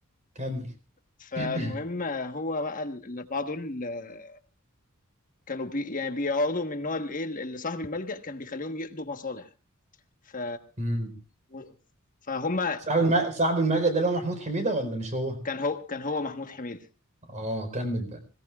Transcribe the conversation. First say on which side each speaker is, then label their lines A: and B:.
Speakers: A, on the right; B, on the left.
A: كمل
B: فالمهم
A: <clears throat>
B: آه، هو بقى ال- الاربعه دول آه، كانوا بي يعني بيقعدوا من نوع الايه اللي صاحب الملجأ كان بيخليهم يقضوا مصالح ف
A: أمم.
B: و- فهم
A: صاحب الم... صاحب الملجأ ده اللي هو محمود حميده ولا مش هو؟
B: كان هو كان هو محمود حميد
A: اه كمل بقى